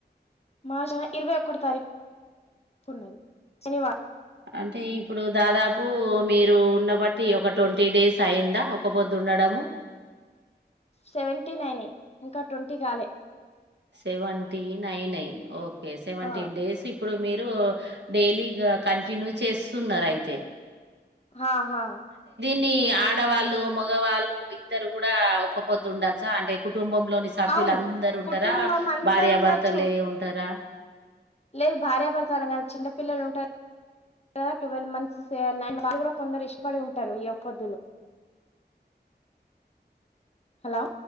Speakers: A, on the left (about 35°); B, on the right (about 75°).
A: మా <inaudible> ర్చ ఇరవై ఒక్కటొ తారీకు తిన్నాది శనివారం
B: అంటే ఇప్పుడు దాదాపు మీరు ఉండబట్టి ఒక ట్వంటీ డేస్ అయిందా ఒక్క పొద్దు ఉండడము
A: సెవెంటీ నైనే ఇంకా ట్వంటీ కాలే
B: సెవెంటీన్ అయినయ్ ఓక్ ఓకే సెవంటీన్
A: ఆ
B: డేస్ ఇప్పుడు మీరు ఓ డైలీ ఈగ కంటిన్యూ చేస్తున్నారా అయితే
A: హాహా
B: కొన్ని ఆడవాళ్ళు మగవాళ్ళు ఇద్దరు కూడా ఒక్కపొద్దు ఉండచ్చా అంటే కు కుటుంబంలోని సభ్యులు
A: అవును
B: అందరు ఉంటారా
A: కుటుంబం అందరు
B: భార్యాభర్తలే
A: ఉండొచ్చు
B: ఉంటారా
A: లేదు భార్యాభర్తలు అనే కాదు చిన్నపిల్లలు ఉంటారు ట్వల్ మంత్స్ వాళ్ళు కూడా కొందరు ఇష్టపడి ఉంటారు ఈ ఒక్కపొద్దులు హలో